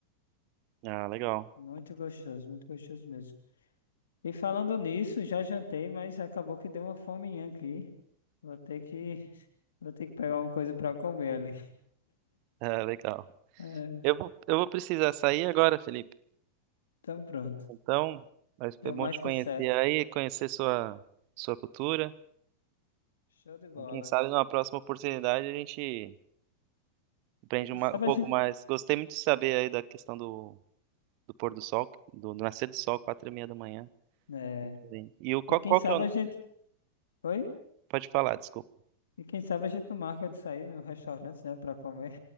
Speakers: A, on the right; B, on the left.
A: Ah, legal.
B: Muito
A: <laughs>
B: gostoso, muito gostoso mesmo. E falando nisso, já jantei, mas acabou que deu uma fominha aqui. Vou ter que, <laughs> vou ter que pegar alguma coisa pra comer ali.
A: Ah, legal.
B: <laughs>
A: Eu vou, eu vou precisar sair agora, Felipe.
B: Então pronto.
A: Então, mas foi
B: Deu
A: bom
B: mais
A: te
B: que
A: conhecer
B: certo.
A: aí, conhecer sua, sua cultura.
B: Show de bola.
A: E Quem sabe numa próxima oportunidade a gente aprende
B: Quem
A: uma-
B: sabe
A: um pouco
B: a gente.
A: mais. Gostei muito de saber aí da questão do do pôr do sol, do do nascer do sol, quatro e meia da manhã.
B: É.
A: É diferente. E o qual,
B: E quem
A: qual
B: sabe
A: que é o...
B: a gente. Oi?
A: Pode falar, desculpa.
B: E quem sabe a gente não marca de sair no restaurante, né? Pra comer.